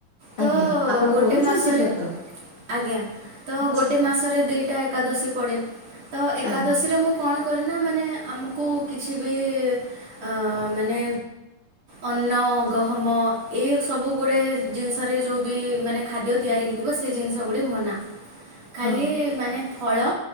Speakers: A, on the right (about 50°); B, on the left (about 45°).
A: ତ
B: ଆଜ୍ଞା ଆପଣ
A: ଗୋଟେ
B: କରୁଛନ୍ତି
A: ମାସରେ
B: ବ୍ରତ?
A: ଆଜ୍ଞା ତ
B: ଆଚ୍ଛା
A: ଗୋଟେ ମାସରେ ଦିଟା ଏକା ଏକ ଏକାଦଶୀ ପଡେ। ତ ଏକାଦଶୀରେ
B: ଆଜ୍ଞା
A: ମୁଁ କଣ କରେନା ମାନେ ଆମକୁ କିଛି ବି ଅ ମାନେ ଅନ୍ନ ଗହମ ଏଇ ସବୁ ଗୁଡେ ଜିନିଷରେ ଯୋଉ ବି ମାନେ ଖାଦ୍ୟ ତିଆରି ହେଇଥିବ ସେ ଜିନିଷ ଗୁଡେ ମନା। ଖାଲି
B: ହଁ।
A: ମାନେ ଫଳ